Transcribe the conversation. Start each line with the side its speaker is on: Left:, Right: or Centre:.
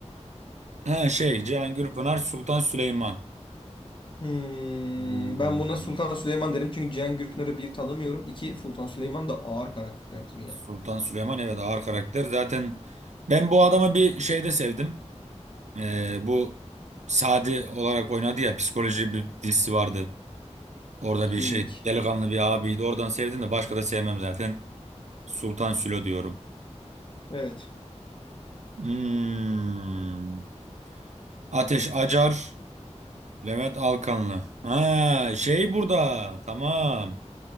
Right: ha, şey Cihan Gürpınar Sultan Süleyman.
Left: Hmm,
Right: Hmm,
Left: ben buna Sultan Süleyman derim çünkü Cihan Gürpınar'ı bir tanımıyorum. İki Sultan Süleyman da ağır karakterdir yani.
Right: Sultan Süleyman evet ağır karakter. Zaten ben bu adamı bir şeyde sevdim. Ee, bu Sadi olarak oynadı ya psikoloji bir dizisi vardı. Orada
Left: Hiç
Right: bir
Left: bilmiyorum
Right: şey
Left: ki.
Right: delikanlı bir abiydi. Oradan sevdim de başka da sevmem zaten. Sultan Sülo diyorum.
Left: Evet.
Right: Hmm. Ateş Acar, Levent Alkanlı. Ha, şey burada. Tamam.